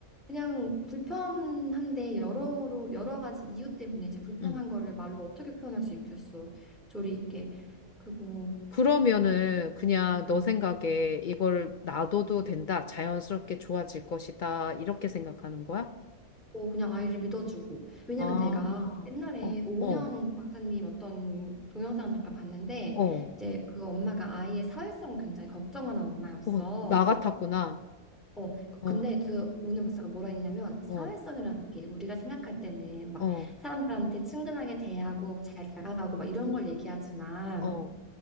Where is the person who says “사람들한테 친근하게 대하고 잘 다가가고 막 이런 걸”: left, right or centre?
Centre